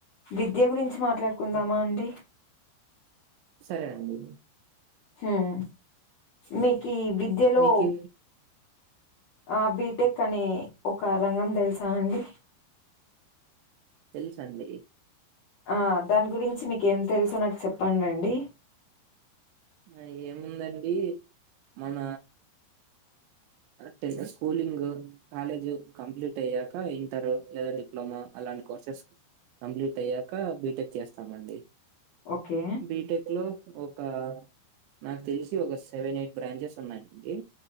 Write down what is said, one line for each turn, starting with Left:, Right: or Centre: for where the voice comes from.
Left: విద్య
Right: హ్మ్.
Left: గురించి మాట్లాడుకుందామా
Right: హ్మ్.
Left: అండి.
Right: సరే అండి.
Left: హామ్ మీకు విద్యలో.
Right: మీకు
Left: ఆ బీటెక్ అనే ఒక రంగం తెలుసానండి‌.
Right: తెలుసండి.
Left: ఆ దాని గురించి మీకేం తెలుసు నాకు చెప్పండండి.
Right: ఆ ఏముందండి మన. టె స్కూలింగ్ కాలేజ్ కంప్లీట్ అయ్యాక ఇంటర్ లేదా డిప్లమా అలా. దాని కోర్సెస్ కంప్లీట్ అయ్యాక బీటెక్ చేస్తామండి.
Left: ఓకే
Right: బీటెక్ లో. ఒక నాకు తెలిసి ఒక సెవెన్, ఎయిట్ బ్రాంచెస్ ఉన్నాయండి.